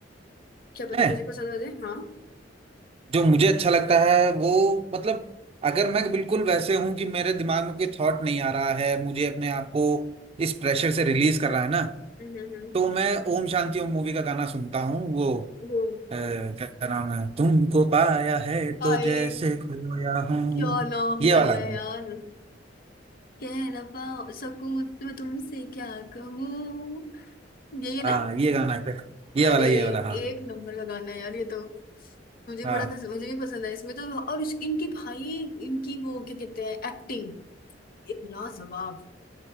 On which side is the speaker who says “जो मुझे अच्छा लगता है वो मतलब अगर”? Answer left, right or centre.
Right